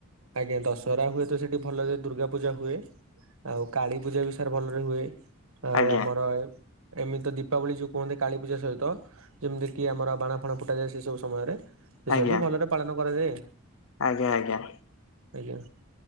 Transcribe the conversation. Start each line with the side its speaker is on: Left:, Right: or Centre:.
Right: ଆଜ୍ଞା ଦଶହରା ହୁଏ ତ ସେଠି ଭଲ ଦୁର୍ଗା ପୂଜା ହୁଏ। ଆଉ କାଳୀ ପୂଜା ବି ସାର ଭଲରେ ହୁଏ ଆଉ
Left: ଆଜ୍ଞା
Right: ଆମର ଏମିତି ଦୀପାବଳି ଯୋଉ କୁହନ୍ତି କାଳୀ ପୂଜା ସହିତ ଯେମିତି କି ଆମର ବାଣ ଫାଣ ଫୁଟା ଯାଏ ସେ ସବୁ ସମୟରେ ସେ
Left: ଆଜ୍ଞା
Right: ସବୁ ବି ଭଲରେ ପାଳନ କରାଯାଏ।
Left: ଆଜ୍ଞା ଆଜ୍ଞା।
Right: ଆଜ୍ଞା।